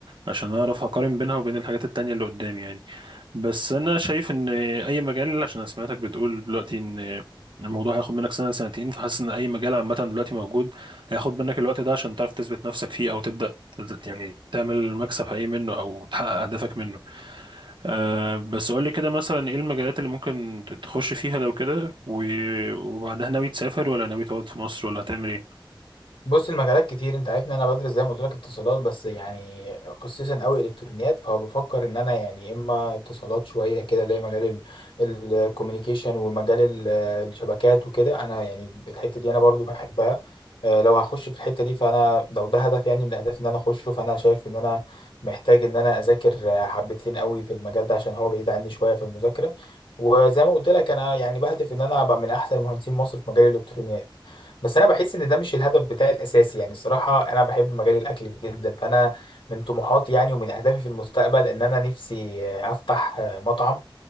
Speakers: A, on the right; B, on the left.
A: عشان اعرف اقارن بينها وبين الحاجات التانية اللي قدامي يعني بس انا شايف ان اي مجال عشان أنا سمعتك بتقول دلوقتي ان الموضوع هياخد منك سنه سنتين فحاسس ان اي مجال عامه دلوقتي موجود هياخد منك الوقت ده عشان تعرف تثبت نفسك فيه او تبدا يعني تعمل مكسب حقيقي منه او تحقق اهدافك منه أه بس قول لي كده مثلا ايه المجالات اللي ممكن تخش فيها لو كده و- وبعدها ناوي تسافر ولا ناوي تقعد في مصر ولا هتعمل ايه
B: بص المجالات كتير انت عارف ان انا بدرس زي ما قلت لك اتصالات بس يعني خصيصا قوي الكترونيات فهو بفكر ان انا يعني اما اتصالات شويه كده اللي هي مجال الكوميونيكيشن ومجال ال- الشبكات وكده انا يعني الحته دي انا برضو بحبها اه، لو هخش في الحته دي فانا لو ده هدف يعني من الاهداف ان انا اخشه فانا شايف ان انا محتاج ان انا اذاكر اه، حبتين قوي في المجال ده عشان هو بعيد عني شويه في المذاكره وزي ما قلت لك انا يعني بهدف ان انا ابقى من احسن مهندسين مصر في مجال الالكترونيات بس انا بحس ان ده مش الهدف بتاعي الاساسي يعني الصراحه انا بحب مجال الاكل جدا فانا من طموحاتي يعني ومن اهدافي في المستقبل ان انا نفسي آه، افتح آه، مطعم